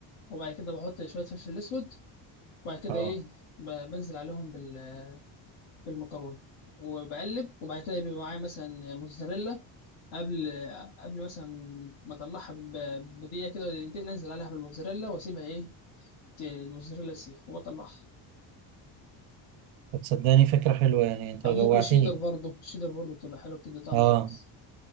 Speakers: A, on the left; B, on the right.
A: وبعد كده بحط شوية فلفل اسود وبعد كده
B: اه
A: ايه ب... بنزل عليهم بال... بالمكرونة وبقلب وبعد كده بيبقى معايا مثلا موتزاريلا قبل قبل مثلا ما اطلعها ب... بدقيقة كده ولا دقيقتين انزل عليها بالموتزاريلا واسيبها ايه ت- الموتزاريلا تسيح وبطلعها
B: تصدقني فكره حلوه يعني انت
A: او
B: جوعتني
A: ممكن شيدر برضه شيدر برضه بتبقى حلوة بتدي طعم
B: اه
A: كويس